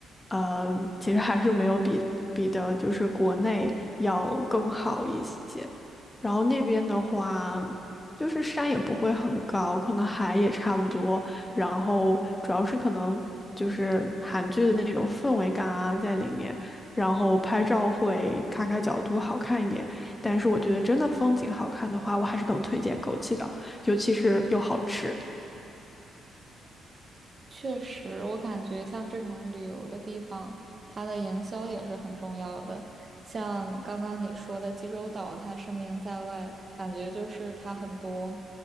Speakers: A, on the left; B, on the right.
A: 呃，其实还是没有比比的，就是国内要更好一些。然后那边的话，就是山也不会很高，可能海也差不多。然后主要是可能就是韩剧的那种氛围感啊在里面，然后拍照会咔咔角度好看一点。但是我觉得真的风景好看的话，我还是更推荐枸杞的，尤其是又好吃。
B: 确实，我感觉像这种旅游的地方，它的营销也是很重要的。像刚刚你说的济州岛，它声名在外，感觉就是它很多